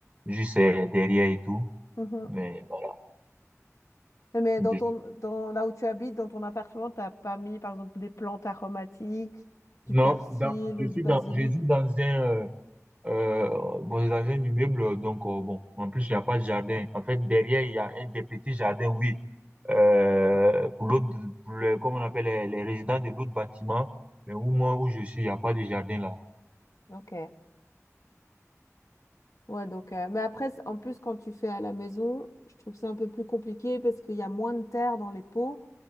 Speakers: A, on the right; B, on the left.
A: juste euh, derrière et tout.
B: Mhm.
A: Mais bon,
B: Et Mais dans
A: je-
B: ton, dans, là où tu habites, dans ton appartement, t'as pas mis, par exemple, des plantes aromatiques, du
A: non,
B: persil
A: dans- je
B: ou
A: suis
B: du basilic?
A: dans, je suis dans un, euh, euh, dans un immeuble. Donc, euh, bon, en plus, il n'y a pas de jardin. En fait, derrière, il y a un des petits jardins, oui. Euh, pour l'autre, pour le, comme on appelle les, les résidents de l'autre bâtiment, mais au moins où je suis, il n'y a pas de jardin là.
B: Ok. Ouais, donc, euh, mais après, c- en plus, quand tu fais à la maison, je trouve ça un peu plus compliqué parce qu'il y a moins de terre dans les pots.